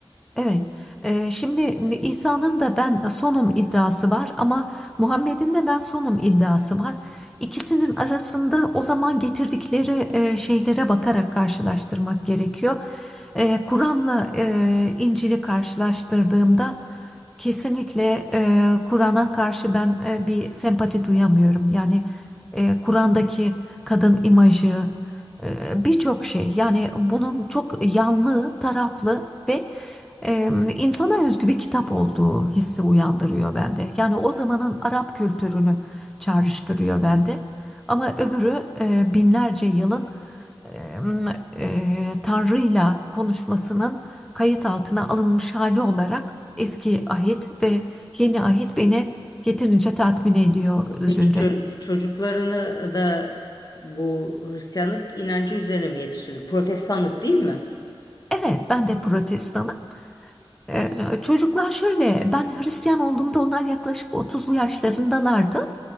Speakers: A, in the centre; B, on the left.
A: evet Ee, şimdi İsa'nın da ben e, sonum iddiası var ama Muhammed'in de ben sonum iddiası var. İkisinin arasında o zaman getirdikleri e, şeylere bakarak karşılaştırmak gerekiyor. Ee, Kur'an'la e, İncil'i karşılaştırdığımda Kesinlikle e, Kur'an'a karşı ben e, bir sempati duyamıyorum. Yani e, Kur'an'daki kadın imajı, e, birçok şey. Yani bunun çok yanlı, taraflı ve e, insana özgü bir kitap olduğu hissi uyandırıyor bende. Yani o zamanın Arap kültürünü çağrıştırıyor bende. Ama öbürü e, binlerce yılın em, e, Tanrı'yla konuşmasının kayıt altına alınmış hali olarak eski ahit ve yeni ahit beni yeterince tatmin ediyor Zühre.
B: Peki ço- çocuklarını da bu Hristiyanlık inancı üzerine mi yetiştirdi? Protestanlık değil mi?
A: Evet, ben de protestanım Ee, Çocuklar şöyle, ben Hristiyan olduğumda onlar yaklaşık otuzlu yaşlarındalardı